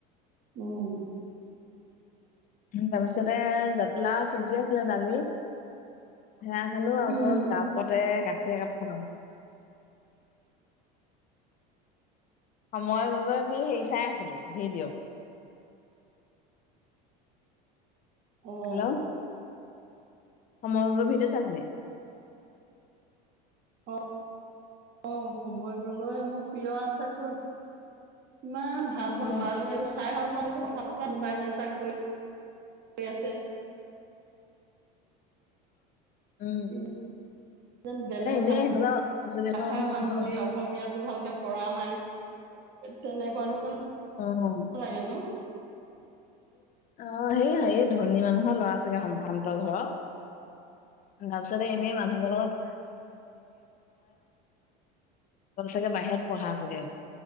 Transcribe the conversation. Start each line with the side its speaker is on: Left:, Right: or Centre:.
Right: উম।
Left: তাৰপিছতে জাতি লাউ চব্জি আছিলে দালি। সেৱা খালোঁ আকৌ
Right: উম
Left: কাপতে গাখীৰ একাপ খালোঁ। সময় কি হেৰি চাই আছিলি ভিডিঅ'
Right: উম।
Left: হেল্ল' সময় গগৈৰ ভিডিঅ' চাইছিলি?
Right: অ। অ সময় গগৈ মোৰ প্ৰিয় আছেতো, ইমান। ভাল
Left: উম
Right: পাওঁ, লৰাটো এইবোৰ চাই ভাল পাওঁ, কিন্তু কথাবোৰ কনোবা যেন তাক কৈ আছে।
Left: উম।
Right: ই যেন বেলেগ
Left: এ এনেই
Right: ভা
Left: সেইফালৰ চুলি ওখৰ
Right: ভাষাৰ
Left: মানুহৰ
Right: মানুহ
Left: কথা
Right: অসমীয়াটো ভালকে। পঢ়া নাই, তেনেকুৱা যেন।
Left: অ অ।
Right: লাগে ন।
Left: অ সেই ধনী মানুহৰ ল'ৰা ছাগে সম্ভ্ৰান্ত ঘৰৰ গামচা দে এনেই মানুহবোৰক। চাগে বাহিৰত পঢ়া চাগে।